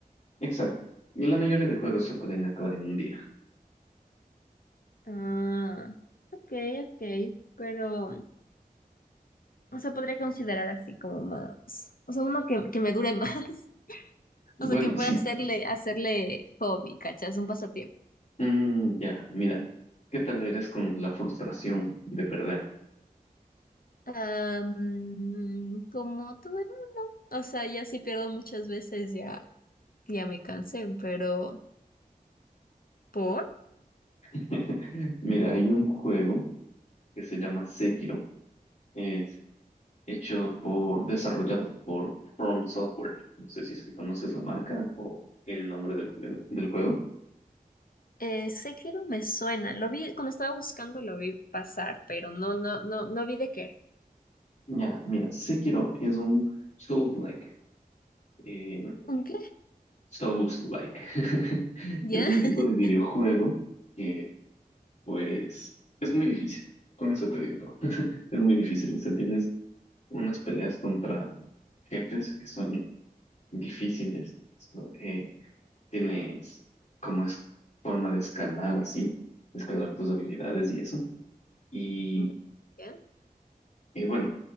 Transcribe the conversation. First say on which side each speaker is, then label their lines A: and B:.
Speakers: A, on the left (about 50°); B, on the left (about 70°).
A: Exacto. La mayoría de juegos se pueden acabar en un día.
B: Ah, ok, ok, pero, o sea, podría considerar así como más, o sea, uno que, que me dure <laughs> más,
A: Bueno,
B: o sea, que pueda
A: sí.
B: hacerle, hacerle hobby, ¿cachas? Un pasatiempo.
A: Mm, ya, mira. ¿Qué tal eres con la frustración de perder?
B: Ah, mm, como todo, o sea, ya sí pierdo muchas veces, ya, ya me cansé, pero, ¿por?
A: <laughs> Mira, hay un juego que se llama Sekiro. Es hecho por, desarrollado por From Software. No sé si es que conoces la marca o el nombre del, juego- del juego.
B: Eh, Sekiro me suena, lo vi, cuando estaba buscando lo vi pasar, pero no, no, no, no vi de qué era.
A: Ya, mira, Sekiro es un Souls-like. eh,
B: ¿Un qué?
A: Souls-like. <laughs>
B: ¿Ya?
A: Es un tipo
B: <laughs>
A: de videojuego que, pues, es muy difícil. Con eso te digo todo. <laughs> Es muy difícil. O sea, tienes unas peleas contra jefes que son difíciles. So, eh, tienes como es forma de escalar así, escalar tus habilidades y eso. Y,
B: Mm, ¿Ya?
A: y bueno,